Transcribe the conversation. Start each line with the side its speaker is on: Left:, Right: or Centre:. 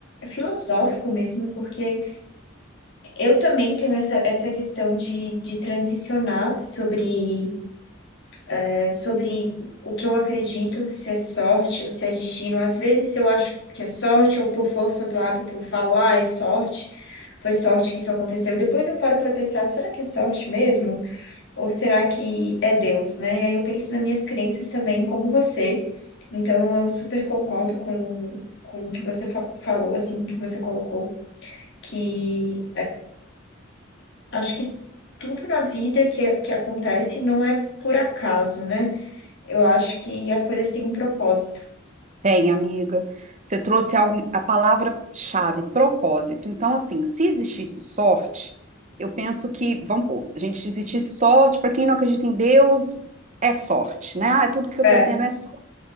Left: filosófico mesmo, porque eu também tenho essa, essa questão de, de transicionar sobre, é, sobre o que eu acredito, se é sorte ou se é destino. Às vezes eu acho que é sorte, ou por força do hábito eu falo, ah, é sorte, foi sorte que isso aconteceu. E depois eu paro para pensar, será que é sorte mesmo? Ou será que é Deus, né? Aí eu penso nas minhas crenças também, como você. Então eu super concordo com, com o que você fa- falou, assim, com o que você colocou, que acho que tudo na vida que, que acontece não é por acaso, né? Eu acho que as coisas têm um propósito.
Right: Tem, amiga. Você trouxe algo, a palavra-chave, propósito. Então, assim, se existisse sorte, eu penso que, vamos pôr, a gente se existisse sorte, para quem não acredita em Deus, é sorte, né? Ah, tudo que eu
Left: É,
Right: tô tendo é sorte.